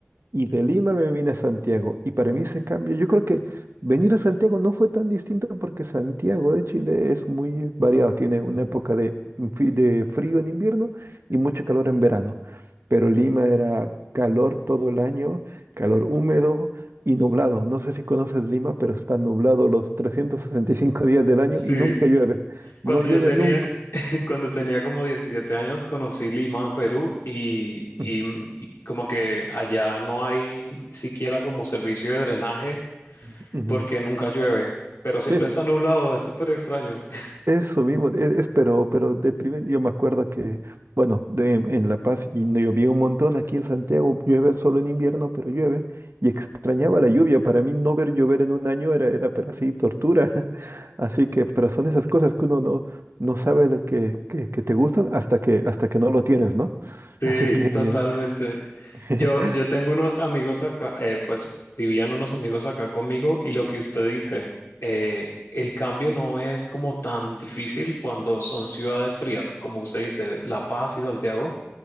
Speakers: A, on the right; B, on the left.
A: Y de Lima me vine a Santiago. Y para mí ese cambio, yo creo que venir a Santiago no fue tan distinto porque Santiago de Chile es muy variado. Tiene una época de, fri- de frío en invierno y mucho calor en verano. Pero Lima era calor todo el año, calor húmedo y nublado. No sé si conoces Lima, pero está nublado los 365 días del año
B: Sí,
A: y nunca llueve.
B: cuando
A: No llueve
B: yo tenía,
A: nunca.
B: Cuando tenía como 17 años conocí Lima, Perú, y, y-
A: Ujú.
B: mm, y como que allá no hay siquiera como servicio de drenaje
A: <laughs> ujú.
B: porque nunca llueve, pero siempre
A: Sí,
B: está nublado, es súper extraño. <laughs>
A: Eso mismo, es, es- pero, pero deprimente yo me acuerdo que, bueno, de, en La Paz y no llovía un montón, aquí en Santiago llueve solo en invierno, pero llueve, y extrañaba la lluvia, para mí no ver llover en un año era, era pero así, tortura, <laughs> así que, pero son esas cosas que uno no, no sabe lo que, que, que te gustan hasta que, hasta que no lo tienes, ¿no? <laughs>
B: Sí,
A: Así que,
B: totalmente.
A: <laughs>
B: Yo, yo tengo unos amigos acá, eh, pues vivían unos amigos acá conmigo y lo que usted dice, eh, el cambio no es como tan difícil cuando son ciudades frías, como usted dice, La Paz y Santiago.